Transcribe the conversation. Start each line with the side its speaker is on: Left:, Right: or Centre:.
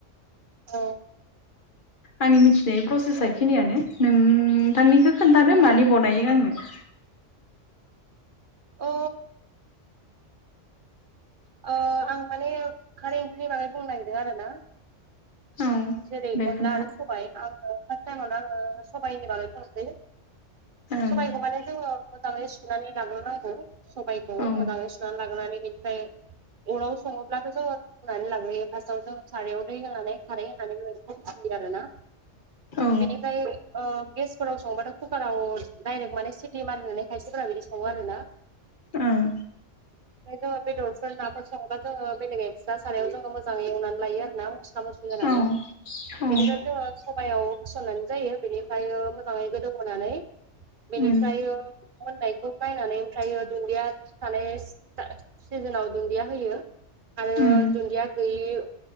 Right: औ अ
Left: आंनि मिथिनाय प्रसेसा बेखिनियानो नोंथांनिखौ खोन्थादो मानरै बनायो आंनो। <inaudible>
Right: अ ओ आं माने खारै ओंख्रिनि बागै बुंनो नागिरदों आरो ना।
Left: औ
Right: जेरै
Left: दे
Right: अनला
Left: खोन्था
Right: आरो सबाय। आं फास्ट टाइमावनो आङो सबाइनि बागै बुंसै
Left: ओं
Right: सबाइखौ माने जोङो, मोजाङै सुनानै लाग्रोनांगौ सबायखौ
Left: औ
Right: मोजाङै सुनानै लाग्रोनानै बेनिफ्राय, अराव सङोब्लाथ' जोङो रुनानै लाग्रोयो फार्स्टआव जों सारायाव दै होनानै खारै होनानै बेबायदि आरि आरो ना
Left: औ
Right: बेनिफ्राय ओ गेसफोराव संबाथ' कुकाराव दायरेक्ट माने सिटि मारिनानै खायसेफोरा संङो आरोना?
Left: उम
Right: जोङो बेदरफोर नाफोर सङोबा जोङो बेलेग एकस्रा सारायाव जोङो मोजाङै एवनानै लायो आरो ना? मसला-मसलि
Left: औ औ
Right: बेनिफ्राय जोंङो सबायाव होसननानै जायो बेनिफ्राय मोजाङै गोदौहोनानै, बेनिफ्राय
Left: उम
Right: मोननायखौ नायनानै ओमफ्रायो दुन्दिया, थानाय सिजोनाव दुन्दिया होयो आरो
Left: उम
Right: दुन्दिया, <unintelligible>